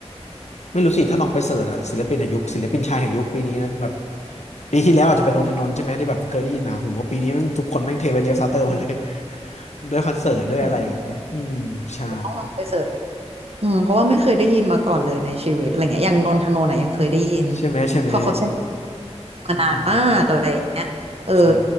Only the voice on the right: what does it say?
อืมเดี๋ยวต้องลองไปเสิร์ชอืมเพราะว่าไม่เคยได้ยินมาก่อนเลยในชีวิตอะไรเงี้ยอย่างนนทนนท์อ่ะยังเคยได้ยิน
พอเขาเซ็นมานานมากอะไรอย่างเงี้ยเออ